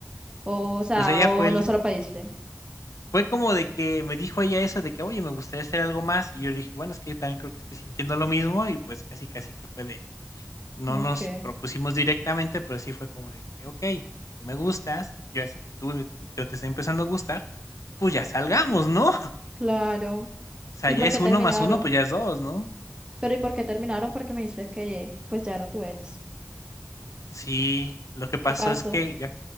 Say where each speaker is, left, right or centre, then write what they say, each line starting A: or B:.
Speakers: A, on the right; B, on the left.
A: O, o sea,
B: pues ella
A: o
B: fue el,
A: no se lo pediste.
B: fue como de que me dijo ella eso de que, oye, me gustaría hacer algo más. Y yo le dije, bueno, es que yo también creo que estoy sintiendo lo mismo. Y pues casi, casi que fue de, No
A: Ok,
B: nos propusimos directamente, pero sí fue como de que: "Okey, tú me gustas, yo ya sé que tú yo te estoy empezando a gustar, pues ya salgamos", ¿no? <laughs>
A: claro.
B: O sea,
A: ¿Y
B: ya
A: por
B: es
A: qué terminaron?
B: uno más uno pues ya es dos ¿no?
A: Pero ¿y por qué terminaron? Porque me dijiste que pues ya era tu ex.
B: Sí, lo que pasó
A: ¿Qué pasó?
B: es que ya